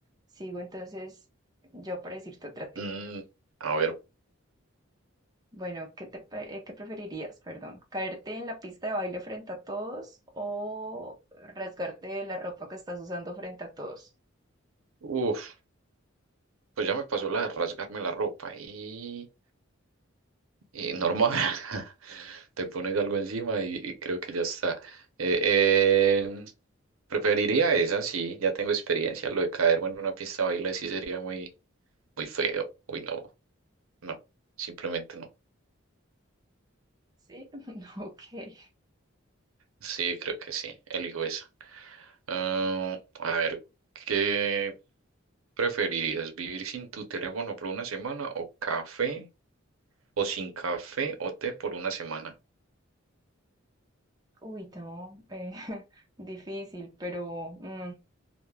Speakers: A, on the right (about 20°); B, on the right (about 85°).
A: sigo entonces yo para decirte otra tip.
B: Mm, a ver,
A: Bueno, ¿qué te, pe- eh, qué preferirías, perdón? ¿Caerte en la pista de baile frente a todos o rasgarte la ropa que estás usando frente a todos?
B: uff, pues ya me pasó la de rasgarme la ropa y, y normal. <laughs> te pones algo encima y, y creo que ya está. Eh, eh, preferiría esa, sí, ya tengo experiencia. Lo de caerme en una pista de baile sí sería muy, muy feo. Uy, no, no, simplemente no.
A: Sí, <laughs> ok.
B: Sí, creo que sí, elijo esa. Ah, a ver, ¿qué preferirías? ¿Vivir sin tu teléfono por una semana o café? ¿O sin café o té por una semana?
A: Uy, no, eh, <laughs> difícil, pero mm,